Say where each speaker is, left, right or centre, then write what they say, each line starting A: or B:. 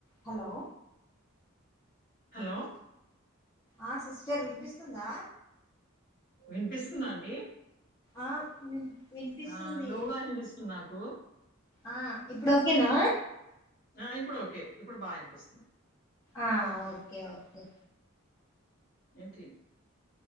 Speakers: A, on the left; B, on the left.
A: Hello
B: hello
A: ఆ sister వినిపిస్తుందా
B: వినిపిస్తుంద అండి
A: ఆ వి వినిపిస్తుంది
B: ఆ లోగా వినిపిస్తుంది నాకు
A: ఆ ఇప్పుడు ఓకేనా
B: ఆ ఇప్పుడు ఓకే ఇప్ ఇప్పుడు బా వినిపిస్తుంది
A: ఆ ఓకే ఓకే
B: ఏంటి